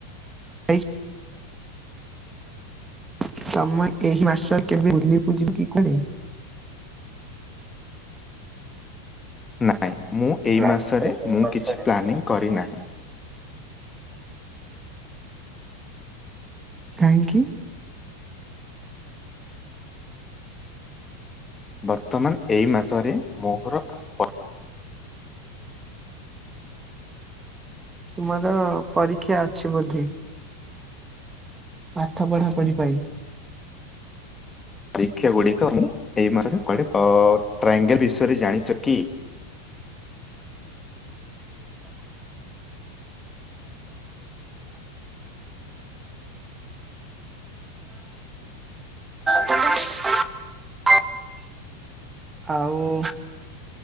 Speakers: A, on the right; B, on the left.
A: ଯାଇ ତମେ ଏହି ମାସ କେବେ ବୁଲି <unintelligible> ଯିବ କି କୁଆଡେ?
B: ନାଇଁ, ମୁଁ ଏଇ
A: ନାଇଁ
B: ମାସରେ ମୁଁ,
A: ମାସରେ।
B: କିଛି ପ୍ଲାନିଂ କରିନାହିଁ।
A: କାହିଁକି?
B: ବର୍ତ୍ତମାନ ଏଇ ମାସରେ ମୋହର ଆପ
A: ତୁମର ପରୀକ୍ଷା ଅଛି ବୋଧେ? ପାଠ ପଢା ପଢି ପାଇଁ।
B: ପରୀକ୍ଷା ଗୁଡିକ ମୁଁ ଏଇ ମା <unintelligible> ଟ୍ରାଙ୍ଗେଲ ବିଷୟରେ ଜାଣିଛ କି?
A: ଆଉ